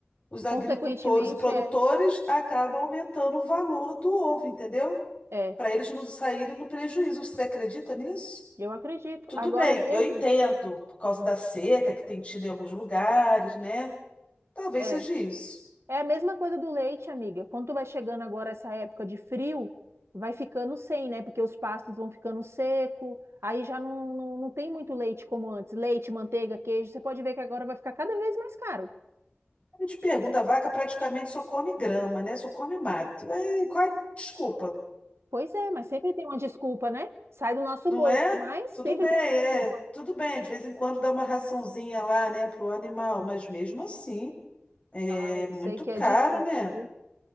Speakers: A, on the left (about 30°); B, on the right (about 85°).
A: os agricultores
B: Consequentemente,
A: e produtores
B: é.
A: acabam aumentando o valor do ovo, entendeu?
B: É,
A: Para eles não saírem no prejuízo. Você acredita nisso?
B: eu acredito.
A: Tudo
B: Agora
A: bem,
B: mesmo,
A: eu entendo, por causa da seca que tem tido em alguns lugares, né? Talvez
B: é.
A: seja isso.
B: É a mesma coisa do leite, amiga. Quando tu vai chegando agora essa época de frio, vai ficando sem, né? Porque os pastos vão ficando seco, aí já não, não, não tem muito leite como antes. Leite, manteiga, queijo. Você pode ver que agora vai ficar cada vez mais caro.
A: A gente pergunta, a vaca praticamente só come grama, né? Só come mato. Aí, qual é a desculpa?
B: Pois é, mas sempre tem uma desculpa, né? Sai do nosso
A: Não
B: bolso,
A: é?
B: mas
A: Tudo
B: sempre
A: bem,
B: tem
A: é.
B: uma desculpa.
A: Tudo bem, de vez em quando dá uma raçãozinha lá, né, pro animal, mas mesmo assim, é
B: Ah, eu
A: muito
B: sei que
A: caro,
B: é difícil,
A: né?
B: viu?